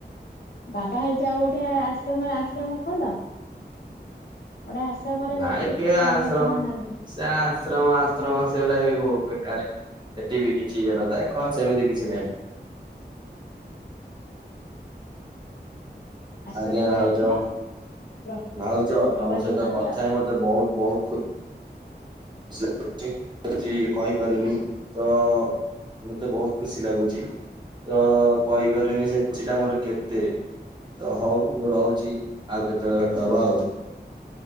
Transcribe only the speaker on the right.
ନାଇଁ
କିଏ
ଆଶ୍ର
ସେ ଆଶ୍ରମ ଆଶ୍ରମ ସେଗୁରା ବି ବେକାରେ। ସେଠି ବି କିଛିଇଏନଥାଏ କଣ ସେମିତି କିଛି ନାହିଁ।
ଆଜ୍ଞା
ଭାଉଜ
ଭାଉଜ
ତମ ସହିତ କଥା
ହେଇ ମତେ ବହୁତ୍ ବହୁତ୍ ଖୁ ଖୁସି ଲାଗୁଛି ଖୁସି କହିପାରୁନି।
ତ ମତେ ବହୁତ୍ ଖୁସି ଲାଗୁଛି। ତ କହିପାରିଲିନି ସେ ଖୁସି ଟା ମୋର କେତେ। ତ ହଉ ମୁଁ ରହୁଛି ଆଉ କେତେବେଳେ ଭେଟ ହବ ଆଉ।